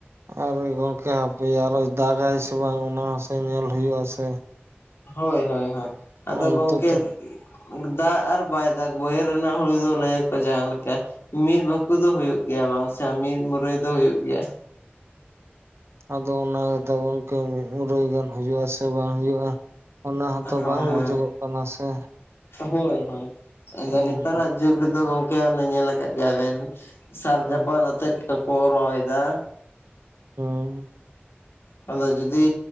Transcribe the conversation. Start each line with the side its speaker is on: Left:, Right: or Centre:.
Right: ᱟᱨ ᱜᱚᱢᱠᱮ ᱦᱟᱯᱮ ᱟᱨᱚᱭ ᱫᱟᱜᱟᱭ ᱥᱮ ᱵᱟᱝ ᱚᱱᱟ ᱦᱚᱸᱥᱮ ᱧᱮᱞ ᱦᱩᱭᱩᱜᱼᱟ ᱥᱮ᱾
Left: ᱦᱳᱭ ᱦᱳᱭ ᱦᱳᱭ, ᱟᱫᱚ
Right: ᱚᱱᱛᱮ
Left: ᱜᱚᱢᱠᱮ
Right: ᱛᱚ
Left: ᱫᱟᱜ ᱟᱨ ᱵᱟᱭ ᱫᱟᱜ ᱵᱚᱭᱦᱟᱹᱲ ᱨᱮᱱᱟᱜ ᱦᱩᱲᱩ ᱫᱚ ᱞᱟᱹᱭᱟᱠᱚ ᱡᱟᱦᱟᱸ ᱞᱮᱠᱟ ᱢᱤᱫ ᱵᱷᱟᱹᱠᱩ ᱫᱚ ᱜᱮᱭᱟ ᱵᱟᱝᱥᱮ ᱢᱤᱫ ᱢᱩᱨᱟᱹᱭ ᱫᱚ ᱦᱩᱭᱩᱜ ᱜᱮᱭᱟ᱾
Right: ᱟᱫᱚ ᱚᱱᱟ ᱜᱮᱛᱚ ᱜᱚᱝᱠᱮ ᱢᱤᱫ ᱢᱩᱨᱟᱹᱭ ᱜᱟᱱ ᱦᱩᱭᱩᱜ ᱟᱥᱮ ᱵᱟᱝ ᱦᱩᱭᱩᱜᱼᱟ᱾ ᱚᱱᱟ ᱦᱚᱸᱛᱚ
Left: ᱦᱳᱭ
Right: ᱵᱟᱝ
Left: ᱦᱳᱭ
Right: ᱵᱩᱡᱩᱜᱚᱜ ᱠᱟᱱᱟ ᱥᱮ
Left: ᱦᱳᱭ ᱦᱳᱭ ᱟᱫᱚ
Right: ᱦᱮᱸ
Left: ᱱᱮᱛᱟᱨᱟᱜ ᱡᱩᱜᱽ ᱨᱮᱫᱚ ᱜᱚᱢᱠᱮ ᱚᱱᱮ ᱧᱮᱞ ᱟᱠᱟᱫ ᱜᱮᱭᱟ ᱵᱮᱱ ᱥᱟᱨ
Right: ᱦᱮᱸ
Left: ᱪᱟᱯᱟᱱ ᱱᱟᱛᱮᱫ ᱠᱚᱠᱚ ᱨᱚᱦᱚᱭᱫᱟ᱾᱾
Right: ᱦᱩᱸ᱾
Left: ᱟᱫᱚ ᱡᱩᱫᱤ